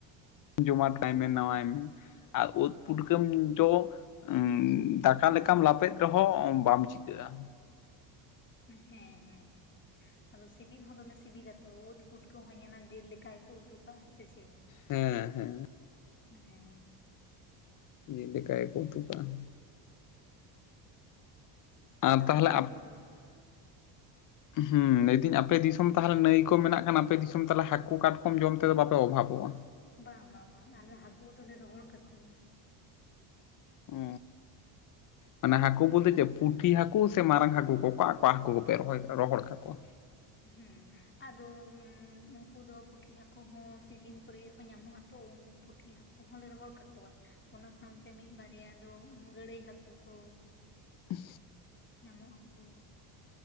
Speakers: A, on the left; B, on the left.
A: ᱡᱚᱢᱟ ᱠᱟᱭ ᱢᱮ ᱱᱟᱣᱟᱭ ᱢᱮ ᱟᱨ ᱳᱫ ᱯᱩᱴᱠᱟᱹᱢ ᱡᱚ ᱚᱻ ᱫᱟᱠᱟ ᱞᱮᱠᱟᱢ ᱞᱟᱯᱮᱫ ᱨᱮᱦᱚᱸ ᱵᱟᱢ ᱪᱤᱠᱟᱹᱜᱼᱟ᱾
B: ᱦᱮᱸ ᱦᱮᱸ ᱦᱮᱸ᱾ ᱟᱫᱚ ᱥᱤᱵᱤᱞ ᱦᱚᱸ ᱫᱚᱢᱮ ᱥᱤᱵᱤᱞᱟᱛᱚ ᱳᱫ ᱯᱩᱴᱠᱟᱹ ᱦᱚᱸ ᱧᱮᱞᱟᱢ ᱡᱮᱞ ᱞᱮᱠᱟ ᱜᱮᱠᱚ ᱩᱛᱩ ᱠᱟᱜᱼᱟ <inaudible> ᱥᱮ ᱪᱮᱫ
A: ᱦᱮᱸ ᱦᱮᱸ
B: ᱦᱮᱸ᱾
A: ᱡᱮᱞ ᱞᱮᱠᱟ ᱜᱮᱠᱚ ᱩᱛᱩ ᱠᱟᱜᱼᱟ᱾ ᱟᱨ
B: ᱛᱟᱦᱟᱞᱮ
A: ᱛᱟᱦᱚᱞᱮ
B: ᱟᱯᱮᱫᱚ
A: ᱦᱩᱸ ᱞᱟᱹᱭᱫᱟᱹᱧ ᱟᱯᱮ ᱫᱤᱥᱚᱢ ᱛᱟᱦᱚᱞᱮ ᱱᱟᱹᱭ ᱠᱚ ᱢᱮᱱᱟᱜ ᱠᱷᱟᱱ ᱟᱯᱮ ᱫᱤᱥᱚᱢ ᱛᱟᱦᱚᱞᱮ ᱦᱟᱠᱳ, ᱠᱟᱴᱠᱚᱢ ᱡᱚᱢ ᱛᱮᱫᱚ ᱵᱟᱯᱮ ᱚᱵᱷᱟᱵᱚᱜᱼᱟ?
B: ᱵᱟᱝ ᱵᱟᱝ ᱵᱟᱝ ᱟᱞᱮ ᱦᱟᱠᱳ ᱫᱚᱞᱮ ᱨᱚᱦᱚᱲ ᱠᱟᱠᱚᱣᱟ᱾
A: ᱚᱻ ᱢᱟᱱᱮ ᱦᱟᱠᱳ ᱵᱳᱞᱛᱮ ᱪᱮᱫ ᱯᱩᱴᱷᱤ ᱦᱟᱠᱳ ᱥᱮ ᱢᱟᱨᱟᱝ ᱦᱟᱠᱳ ᱠᱚ ᱚᱠᱟ ᱚᱠᱟ ᱦᱟᱠᱳ ᱠᱚᱯᱮ ᱨᱚᱦᱚᱭ, ᱨᱚᱦᱚᱲ ᱠᱟᱠᱚᱣᱟ?
B: ᱦᱩᱸ᱾ ᱟᱫᱚ ᱩᱝᱠᱩ ᱫᱚ ᱯᱩᱴᱷᱤ ᱦᱟᱠᱳ ᱦᱚᱸ ᱥᱤᱡᱤᱱ ᱠᱚᱨᱮᱜ ᱜᱮᱠᱚ ᱧᱟᱢᱚᱜᱼᱟ ᱛᱚ ᱩᱱᱠᱩ ᱯᱩᱴᱷᱤ ᱦᱟᱠᱳ ᱠᱚᱦᱚᱸ ᱞᱮ ᱨᱚᱦᱚᱲ ᱠᱟᱠᱚᱣᱟ ᱚᱱᱟ ᱥᱟᱶᱛᱮ ᱢᱤᱫ ᱵᱟᱨᱭᱟ ᱫᱚ ᱜᱟᱹᱲᱟᱹᱭ ᱦᱟᱠᱳ ᱠᱚ᱾
A: ᱩᱸᱦ᱾
B: ᱧᱟᱢᱚᱜ ᱟᱠᱚ᱾